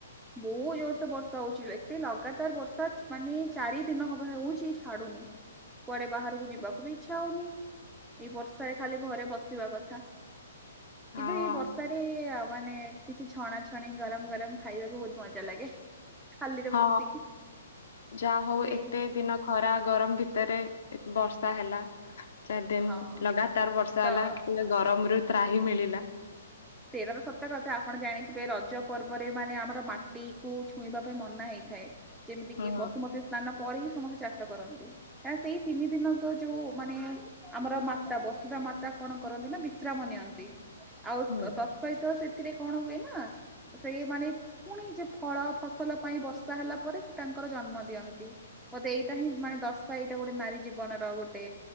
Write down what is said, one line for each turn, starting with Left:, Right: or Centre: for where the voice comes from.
Centre: ବହୁ ଜୋର୍ ସେ ବର୍ଷା ହଉଚି, ଏତେ ଲଗାତାର ବର୍ଷା ମାନେ ଚାରି ଦିନ ହବ ହେଉଛି। ଛାଡୁନି, କୁଆଡେ ବାହାରକୁ ଯିବାକୁ ବି ଇଚ୍ଛା ହଉନି। ଏଇ ବର୍ଷାରେ ଖାଲି ଘରେ ବସିବା କଥା।
Left: ହଁ
Centre: କିନ୍ତୁ ଏଇ ବର୍ଷାରେ ମାନେ କିଛି ଛଣା ଛଣି ଗରମ୍ ଗରମ୍ ଖାଇବାକୁ ବହୁତ ମଜା ଲାଗେ। ଖାଲିରେ
Left: ହଁ।
Centre: ବସିକି
Left: ଯାହା ହଉ
Centre: ସେଇ
Left: ଏତେ ଦିନ ଖରା ଗରମ ଭିତରେ ଏତ୍ ବର୍ଷା ହେଲା। ଚାର୍ ଦିନ୍
Centre: ହଁ
Left: ଲଗାତାର ବର୍ଷା
Centre: ତ
Left: ହେଲା। ଟିକେ ଗରମ ରୁ ତ୍ରାହି ମିଳିଲା।
Centre: ସେଇଟା ତ ସତ କଥା ଆପଣ ଜାଣିଥିବେ ରଜ ପର୍ବରେ ମାନେ ଆମର ମାଟି କୁ ଛୁଇଁବା ପାଇଁ ମନା ହେଇଥାଏ ଯେମିତି
Left: ହୁଁ
Centre: କିି ବସୁମତୀ ସ୍ନାନ ପରେ ହିଁ ସମସ୍ତେ ଚାଷ କରନ୍ତି। ନା ସେଇ ତିନି ଦିନ ତ ଯୋଉ ମାନେ ଆମର ମାତା ବସୁଧା ମାତା କଣ କରନ୍ତି ନା ବିଶ୍ରାମ ନିଅନ୍ତି ଆଉ
Left: ହୁଁ।
Centre: ଅ ସେତ ସେଥିରେ କଣ ହୁଏ ନା? ସେ ମାନେ ପୁଣି ଯେ ଫଳ ଫସଲ ପାଇଁ ବର୍ଷା ହେଲା ପରେ ସେ ତାଙ୍କର ଜନ୍ମ ଦିଅନ୍ତି। ମୋତେ ଏଇଟା ହିଁ ମାନେ ଦର୍ଶା ଏଇଟା ଗୋଟେ ନାରୀ ଜୀବନର ଗୋଟେ